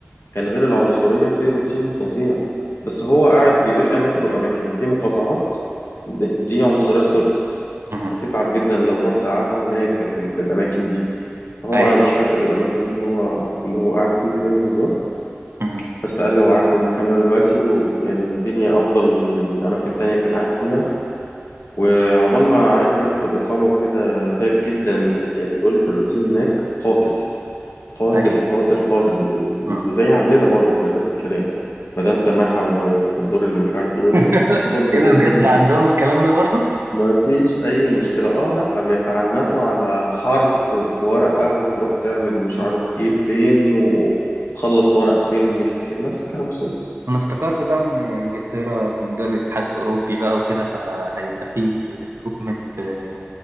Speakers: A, on the left (about 80°); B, on the right (about 90°).
A: يعني غير العنصريه في روتين فظيع بس هو قاعد بيقول لي اماكن واماكن يعني في مقاطعات دي دي عنصريه صرف
B: مهم.
A: هتتعب جدا لو رحت قعدت هناك في, ال- في الاماكن دي هو
B: أيوه
A: انا مش فاكر الاماكن اللي هو اللي هو قاعد فيه فين بالظبط
B: مهم.
A: بس قال لي هو قاعد في المكان ده دلوقتي ويعني الدنيا افضل من من اماكن تانية كان قاعد فيها وعقبال ما عارف ياخد الإقامة وكده تعب جدا يعني بيقول لك الروتين هناك قاتل قاتل
B: أيوه
A: قاتل قاتل
B: مهم.
A: زي عندنا برضو كده نفس الكلام مدام سماحة وما في الدور اللي مش عارف ايه والحاجات
B: <laughs>
A: دي برضو
B: إيه
A: موجودة
B: ده بجد عندهم الكلام ده برضو؟
A: ما فيش أي مشكلة اه لا بيتعنتوا على حرف في ورقة وتروح تعمل مش
B: مم.
A: عارف ايه فين وتخلص ورق فين مش ك- نفس الكلام بالظبط
B: أنا افتكرت بقى إن إنجلترا من دول الاتحاد الأوروبي بقى وكده فهيبقى فيه improvement في